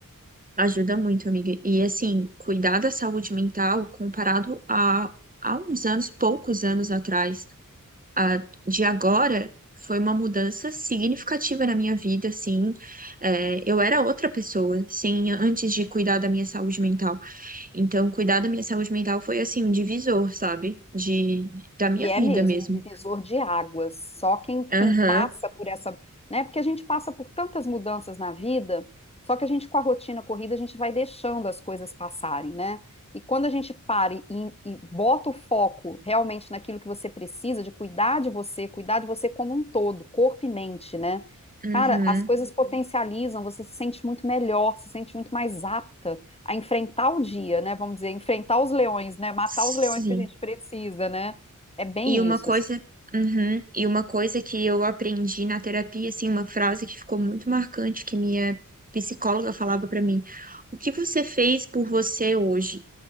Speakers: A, on the right; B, on the left.
A: Ajuda muito, amiga. E assim, cuidar da saúde mental comparado a, a uns anos, poucos anos atrás, a, de agora, foi uma mudança significativa na minha vida, assim. É, eu era outra pessoa, sim, antes de cuidar da minha saúde mental. Então, cuidar da minha saúde mental foi, assim, um divisor, sabe? De, da minha
B: E é
A: vida
B: mesmo,
A: mesmo.
B: um divisor de águas. Só quem,
A: Aham,
B: quem passa por essa, né? Porque a gente passa por tantas mudanças na vida, só que a gente com a rotina corrida, a gente vai deixando as coisas passarem, né? E quando a gente para e, e bota o foco realmente naquilo que você precisa, de cuidar de você, cuidar de você como um todo, corpo e mente, né?
A: uhum,
B: Cara, as coisas potencializam, você se sente muito melhor, se sente muito mais apta a enfrentar o dia, né? Vamos dizer, enfrentar os leões, né? Matar
A: Sim.
B: os leões que a gente precisa, né? É bem
A: E uma
B: isso,
A: coisa,
B: assim.
A: uhum, e uma coisa que eu aprendi na terapia, assim, uma frase que ficou muito marcante que minha psicóloga falava pra mim: "O que você fez por você hoje?"